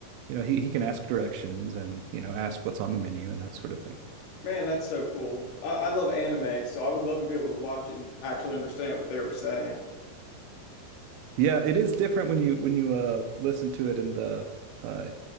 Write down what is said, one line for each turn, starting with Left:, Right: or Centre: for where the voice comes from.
Right: you know, he he can ask directions and, you know, ask what's on the menu and that sort of thing.
Left: Man, that's so cool. I, I love anime, so I would love to be able to watch it and actually understand what they were saying.
Right: Yeah, it is different when you when you uh listen to it in the uh